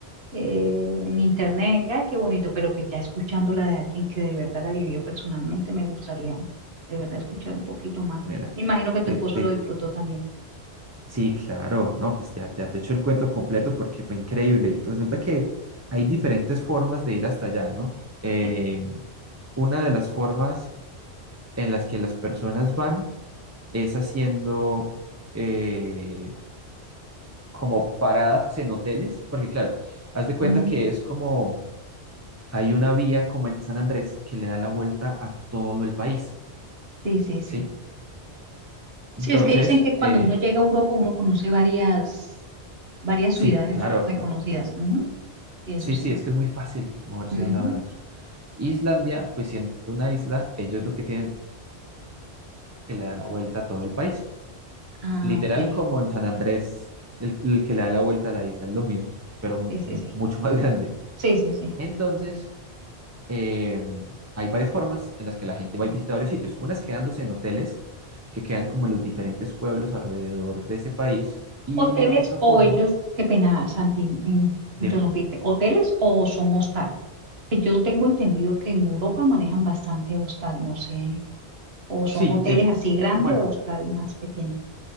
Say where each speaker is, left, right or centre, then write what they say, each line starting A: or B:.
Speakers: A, on the right (about 65°); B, on the right (about 20°).
A: eh, en internet, que ay, qué bonito, pero pues ya escuchándola de alguien que de verdad la vivió personalmente, me gustaría de verdad escuchar un poquito más.
B: Mira,
A: Me imagino que tu
B: te,
A: esposo
B: te...
A: lo disfrutó también.
B: sí, claro, no, pues ya, ya te echo el cuento completo
A: Sí,
B: porque fue increíble. Resulta que hay diferentes formas de ir hasta allá, ¿no? Eh,
A: sí,
B: una de las formas en las que las personas van es haciendo eh, como paradas en hoteles, porque claro, haz de cuenta
A: Mm,
B: que es como, hay una vía como en San Andrés que le da la vuelta a todo el país,
A: sí, sí. Sí,
B: ¿sí?
A: Sí,
B: Entonces,
A: es que dicen que cuando
B: eh,
A: uno llega a Europa, uno conoce varias, varias
B: sí,
A: ciudades
B: claro.
A: reconocidas. Ujú. Y eso
B: Sí,
A: sí.
B: sí, es que es muy fácil moverse
A: Ujú.
B: de un lado al otro. Islandia, pues siendo una isla, ellos lo que tienen que le da la vuelta a todo el país.
A: Ah,
B: Literal
A: ok.
B: como en San Andrés, el, el que le da la vuelta a la isla es lo mismo, pero m-
A: Sí, sí, sí.
B: mucho más <laughs> grande.
A: Sí, sí, sí.
B: Entonces, eh, hay varias formas en las que la gente va y visita varios sitios. Unas quedándose en hoteles que quedan como en los diferentes pueblos alrededor de ese país. Y
A: Hoteles
B: la otra forma,
A: o ellos, qué pena, Santi, in-
B: dime.
A: interrumpirte. Hoteles o son hostal. Eh, Yo tengo entendido que en Europa manejan bastante hostal, no sé, o son
B: Sí,
A: hoteles
B: de,
A: así grandes
B: bueno,
A: o hostal más pequeño.